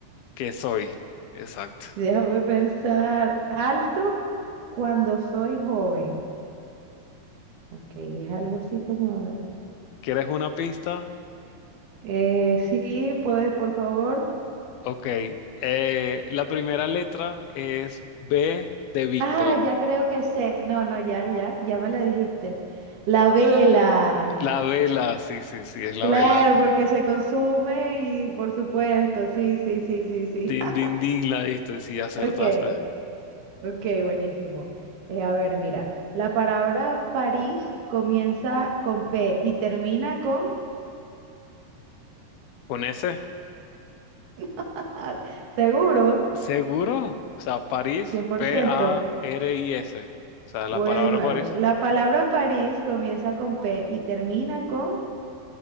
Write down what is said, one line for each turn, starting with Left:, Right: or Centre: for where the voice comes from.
Left: ¿Qué soy? Exacto.
Right: Déjame pensar. Alto cuando soy joven. Ok, es algo así como... de-
Left: ¿Quieres una pista?
Right: Eh, sí, puede, por favor.
Left: Ok. Eh, la primera letra es B de Víctor.
Right: Ah, ya creo que sé. No, no, ya, ya, ya me lo dijiste. La vela.
Left: La vela, sí, sí, sí, es la
Right: Claro,
Left: vela.
Right: porque se consume y por supuesto, sí, sí, sí, sí, sí.
Left: Din,
Right: <laughs>
Left: din, din, la diste, sí, acertaste.
Right: Ok, ok, buenísimo. Eh, a ver, mira, la palabra París comienza con P y termina con...
Left: ¿Con ese?
Right: <laughs> Seguro,
Left: ¿Seguro? O sea, París,
Right: cien por
Left: P-A-R-I-S.
Right: ciento.
Left: O sea,
Right: Voy
Left: la palabra
Right: de nuevo.
Left: París.
Right: La palabra París comienza con P y termina con...